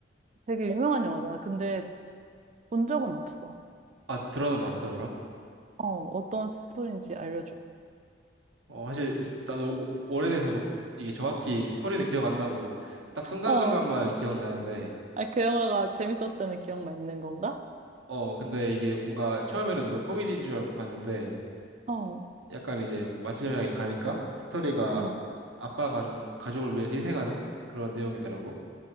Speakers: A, on the right; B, on the right.
A: 되게 유명한 영화다. 근데 본 적은 없어.
B: 아, 들어는 봤어 그럼?
A: 어, 어떤 스토리인지 알려줘.
B: 어, 사실 나도 오- 오래돼서 뭐- 이게 정확히 스토리는 기억 안 나고 딱 순간순간만
A: 어,
B: 기억나는데
A: 아, 그 영화가 재밌었다는 기억만 있는 건가?
B: 어 근데 이게 뭔가 처음에는 나도 코미디인 줄 알고 봤는데
A: 어,
B: 약간 이제 마지막에 가니까 스토리가
A: 응.
B: 아빠가 좀 가족을 위해서 희생하는 그런 내용이더라고.